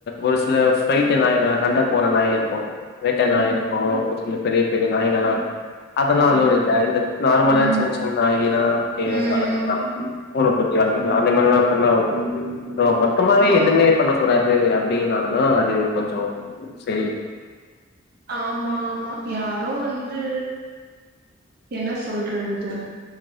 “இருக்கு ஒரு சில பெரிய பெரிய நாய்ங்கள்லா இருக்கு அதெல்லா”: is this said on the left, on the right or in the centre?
Left